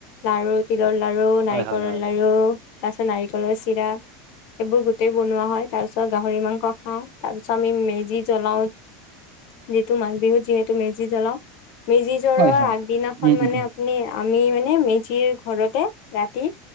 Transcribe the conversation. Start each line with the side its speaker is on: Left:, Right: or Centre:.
Left: লাৰু তিলৰ লাৰু নাৰিকলৰ
Right: হয় হয় হয় হয়
Left: লাৰু। তাৰপিছত নাৰিকলৰ চিৰা এইবোৰ গোটেই বনোৱা হয়, তাৰ পিছত গাহৰি মাংস খাওঁ। তাৰপিছত আমি মেজি জ্বলাওঁ, যিটো মাঘ বিহুত যিহেতু মেজি জ্বলাওঁ। মেজি জ্বলোৱাৰ
Right: হয় হয় হয়।
Left: আগদিনাখন মানে
Right: উম উম উম
Left: আপুনি আমি মানে মেজিৰ ঘৰতে ৰাতি